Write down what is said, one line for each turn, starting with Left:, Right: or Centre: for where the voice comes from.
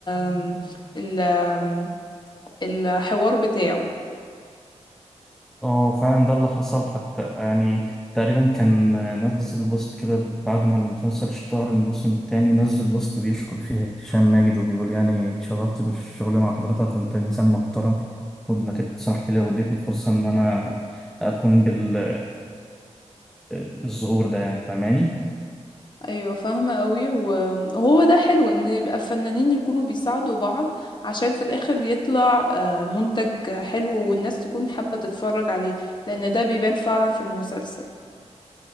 Left: آم، ال- آم، الحوار بتاعه
Centre: اه فعلا ده اللي حصل حتى يعني تقريبا كان نزل بوست كده بعد ما المسلسل اشتهر الموسم التاني نزل بوست بيشكر فيه هشام ماجد وبيقول يعني اتشرفت بالشغل مع حضرتك وانت انسان محترم وانك سمحت لي واديتني فرصة ان انا اكون بال بالظهور ده يعني فاهماني
Left: ايوه فاهمه قوي و- وهو ده حلو ان يبقى فنانين يكونوا بيساعدوا بعض عشان في الاخر يطلع آه، منتج حلو والناس تكون حابه تتفرج عليه لان ده بيبان فعلا في المسلسل